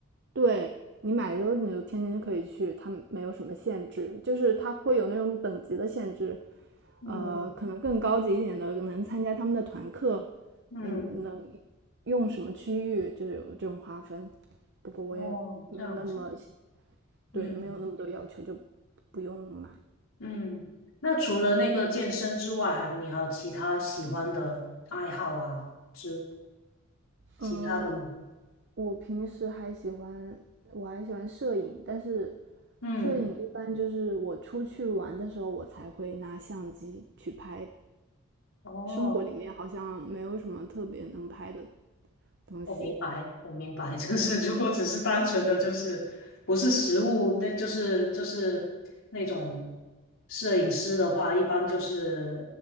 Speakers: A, on the right (about 55°); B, on the left (about 70°).
A: 对，你买的时候你就天天就可以去，它没有什么限制，就是他会有那种等级的限制，
B: 嗯
A: 呃，可能更高级一点的能参加他们的团课，
B: 嗯，
A: 嗯，能用什么区域就有这种划分。不过我也没有那么细
B: 哦，这样子，嗯
A: 对，没有那么多要求，就不用买。
B: 嗯。那除了那个健身之外，还你还有其他喜欢的爱好啊，之其他的吗？
A: 嗯，呃我平时还喜欢，我还喜欢摄影，但是
B: 嗯。
A: 摄影一般就是我出去玩的时候，我才会拿相机去拍。
B: 哦，
A: 生活里面好像没有什么特别能拍的东西。
B: 我明白，我明白，<laughs> 就是如果只是单纯的就是不是食物，那就是就是那种摄影师的话，一般就是